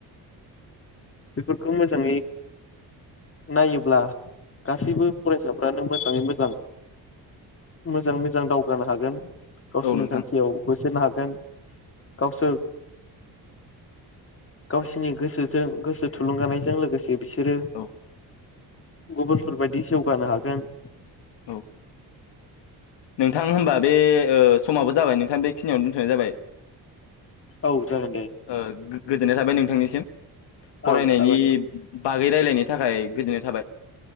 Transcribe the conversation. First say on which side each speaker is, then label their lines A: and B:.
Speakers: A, on the left; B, on the left.
A: <inaudible>
B: बेफोरखौ मोजाङै नायोब्ला गासैबो फरायसाफ्रानो मोजाङै मोजां मोजाङै मोजां दावगानो हागोन।
A: औ
B: गावसोरनि
A: औ नोंथां
B: थांखियाव होसोनो हागोन गावसोर गावसिनि गोसोजों गोसो थुलुंगानायजों लोगोसे बिसोरो
A: औ
B: गुबुनफोरबायायदि जौगानो हागोन। <inaudible>
A: औ नोंथां होनोमबा बे समाबो जाबाय नोंथां बेखिनियावनो दोनथ'नाय जाबाय।
B: औ। जागोन दे
A: ओ गोजोननाय थाबाय नोंथांनिसिम फरायनायनि
B: औ साबायखर
A: बागै रायज्लायनाय नि थाखाय गोजोननाय थाबाय।